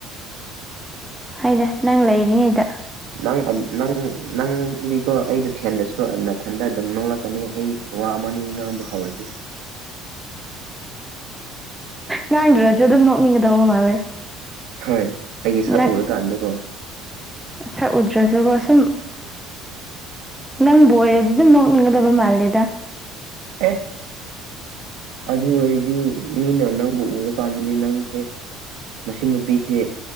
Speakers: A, in the centre; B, on the right (about 75°).
A: ꯍꯣꯏꯗ ꯅꯪ ꯂꯩꯔꯤꯉꯩꯗ
B: ꯅꯪ ꯑꯥ ꯅꯪ ꯅꯪꯗꯤꯀꯣ ꯑꯩꯅ ꯊꯦꯝꯗꯔꯁꯨ ꯅꯊꯟꯗ ꯑꯗꯨꯝ ꯅꯣꯛꯂꯛꯀꯅꯤ ꯑꯩ ꯋꯥ ꯑꯃꯅꯤ ꯉꯥꯡꯕ ꯍꯧꯔꯗꯤ
A: ꯉꯥꯡꯗ꯭ꯔꯁꯨ ꯑꯗꯨꯝ ꯅꯣꯛꯅꯤꯡꯒꯗꯧꯕ ꯃꯥꯜꯂꯦ
B: ꯍꯣꯏ ꯑꯩꯒꯤ ꯁꯛ
A: ꯅꯪ
B: ꯎꯔꯀꯥꯟꯗꯀꯣ
A: ꯁꯛ ꯎꯗ꯭ꯔꯁꯨꯀꯣ ꯁꯨꯝ ꯅꯪꯕꯨ ꯑꯣꯏꯔꯗꯤ ꯑꯗꯨꯝ ꯅꯣꯛꯅꯤꯡꯒꯗꯕ ꯃꯥꯜꯂꯦꯗ
B: ꯑꯦꯁ ꯑꯗꯨ ꯑꯣꯏꯔꯗꯤ ꯃꯤꯅ ꯅꯪꯕꯨ ꯎꯔꯀꯥꯟꯗꯗꯤ ꯅꯪꯁꯦ ꯃꯁꯤ ꯅꯨꯄꯤꯁꯦ